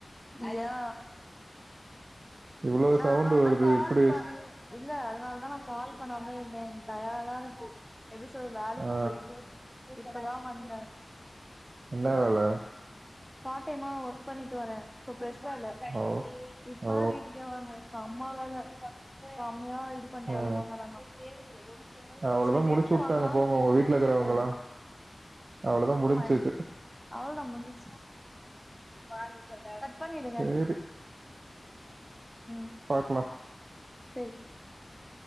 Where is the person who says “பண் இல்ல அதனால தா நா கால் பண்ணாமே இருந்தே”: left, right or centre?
Centre